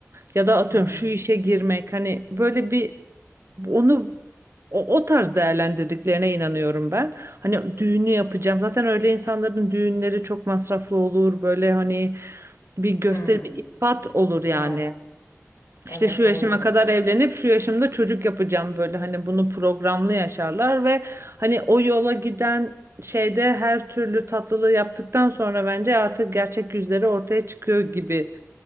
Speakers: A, on the right; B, on the left.
A: ya da atıyorum
B: Hı hı.
A: şu işe girmek hani böyle bir onu o, o tarz değerlendirdiklerine inanıyorum ben. Hani düğünü yapacağım. Zaten öyle insanların düğünleri çok masraflı olur. Böyle hani bir gösteri,
B: Hmm.
A: bir ifat olur
B: Sever.
A: yani. İşte
B: Evet
A: şu
B: doğru
A: yaşıma
B: diyorsun.
A: kadar evlenip şu yaşımda çocuk yapacağım böyle hani bunu programlı yaşarlar ve hani o yola giden şeyde her türlü tatlılığı yaptıktan sonra bence artık gerçek yüzleri ortaya çıkıyor gibi